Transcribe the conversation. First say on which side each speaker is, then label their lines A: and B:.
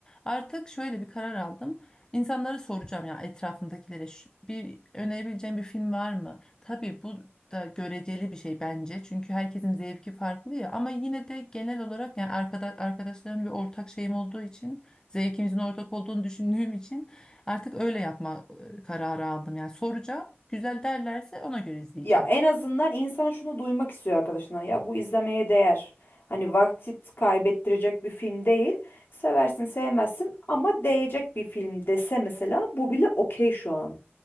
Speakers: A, on the left (about 20°); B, on the left (about 55°).
A: Artık şöyle bir karar aldım. İnsanlara soracağım ya etrafımdakilere "Şu- bir önerebileceğim bir film var mı? Tabii bu da göreceli bir şey bence. Çünkü herkesin zevki farklı ya ama yine de genel olarak yani arkadaş arkadaşlarımla bir ortak şeyim olduğu için, zevkimizin ortak olduğunu düşündüğüm için Artık öyle yapma e, kararı aldım. Yani soracağım. Güzel derlerse ona göre izleyeceğim.
B: Ya en azından insan şunu duymak istiyor arkadaşına. Ya bu izlemeye değer. Hani vakit kaybettirecek bir film değil. Seversin sevmezsin ama değecek bir film dese mesela bu bile okey şu an.